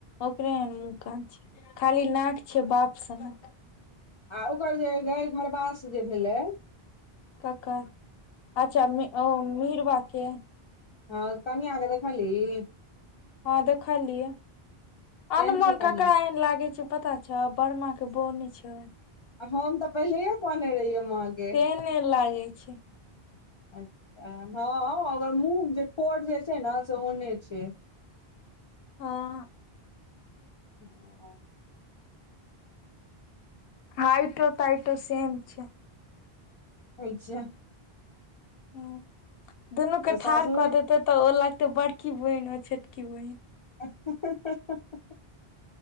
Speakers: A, on the left (about 70°); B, on the left (about 45°).
A: ओकरा एहन मुह कान छै खाली नाक छै बाप सनक
B: आ ओकर जे गाय घरबास जे भेलै
A: कका अच्छा ओ मि-मिरवा के
B: हँ कनिया के देखलही
A: हँ देखलियै
B: केहन
A: अनमन
B: छौ कनिया
A: ककरा एन लागे छै पता छ बर्मा के बौ नै छै
B: हम तऽ पहिलेहे कहने रहियै माँ के
A: तेहने लागै छै
B: अच्छा हाँ ओकर मुह जे ठोर जे छै ना से ओहने छै
A: हाँ
B: हाँ
A: हाइटो - ताइटो सेम छै।
B: अइछे।
A: हूँ दुनू के
B: सासुरे
A: ठाड़ कऽ देते तऽ, ओ लगतै बड़की बहिन ओ छोटकी बहिन।
B: <unintelligible>